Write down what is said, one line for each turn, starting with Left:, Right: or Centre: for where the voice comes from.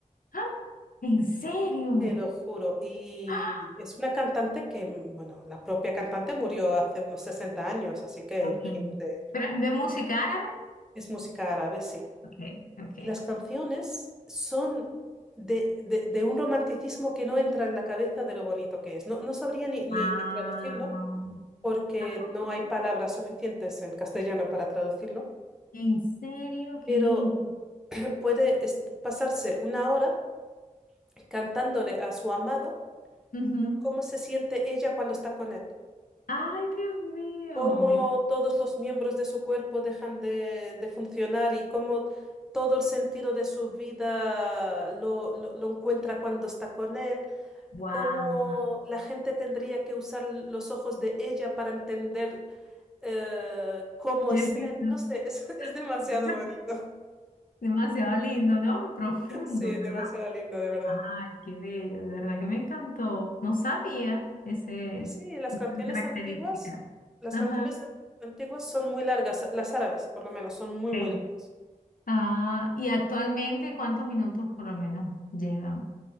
Left: ¡Ah! ¿En serio?
Centre: te lo juro. Y
Left: Ah,
Centre: es una cantante que, mm, bueno, la propia cantante murió hace unos 60 años, así que
Left: Okay.
Centre: imagínate,
Left: ¿Pero es de música árabe?
Centre: es música árabe, sí.
Left: Okay, okay.
Centre: Y las canciones son de, de- de un romanticismo que no entra en la cabeza de lo bonito que es. No, no sabría ni, ni-
Left: Wow.
Centre: ni traducirlo porque
Left: Ah,
Centre: no hay palabras suficientes en castellano para traducirlo,
Left: ¿En serio? Qué
Centre: pero
Left: lindo.
Centre: <clears throat> puede est- pasarse una hora cantándole a su amado
Left: Ujú.
Centre: cómo se siente ella cuando está con él.
Left: Ay, Dios mío.
Centre: cómo todos los miembros de su cuerpo dejan de, de funcionar y cómo todo el sentido de su vida lo, lo- lo encuentra cuando está con él,
Left: Wow.
Centre: cómo la gente tendría que usar los ojos de ella para entender eh, cómo
Left: Qué
Centre: es
Left: lindo.
Centre: él. No sé, es, <laughs> es demasiado
Left: <laughs>
Centre: bonito. <laughs>
Left: Demasiado lindo, ¿no? Y Profundo,
Centre: Sí,
Left: ¿verdad?
Centre: demasiado lindo, de verdad.
Left: Ay, qué bello, de verdad que me encantó. No sabía ese,
Centre: Sí, sí, las
Left: esas
Centre: canciones
Left: características.
Centre: antiguas, las
Left: Ajá.
Centre: canciones an- antiguas son muy largas, las árabes por lo menos, son muy,
Left: ok.
Centre: muy largas.
Left: Ah, y actualmente, ¿cuántos minutos por lo menos llevan?